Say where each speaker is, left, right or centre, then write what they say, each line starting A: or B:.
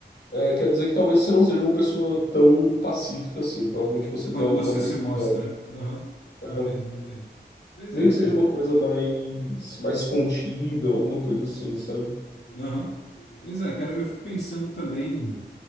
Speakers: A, on the left; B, on the left.
A: É, quer dizer que talvez você não seja uma pessoa tão pacífica assim. Provavelmente você
B: Quando
A: tem alguma
B: você
A: agressividade.
B: se mostra. Aham.
A: É,
B: Entendo, entendo. Pois
A: nem
B: é,
A: que
B: cara.
A: seja uma coisa mais, mais contida, alguma coisa assim, sabe?
B: Aham. Pois é, cara, eu fico pensando também.